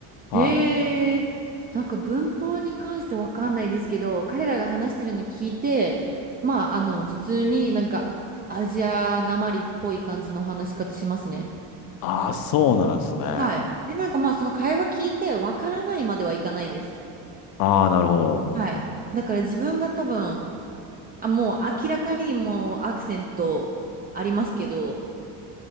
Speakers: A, on the left (about 50°); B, on the right (about 20°).
A: はい。
B: へえ、なんか文法に関してわかんないですけど、彼らが話してるの聞いて、まあ、あの、普通になんかアジアなまりっぽい感じの話し方しますね。
A: ああ、そうなんですね。
B: はい。で、なんかまあ、その会話聞いてわからないまではいかないです。
A: ああ、なるほど。
B: はい。だから自分が多分、あ、もう明らかにもうアクセントありますけど、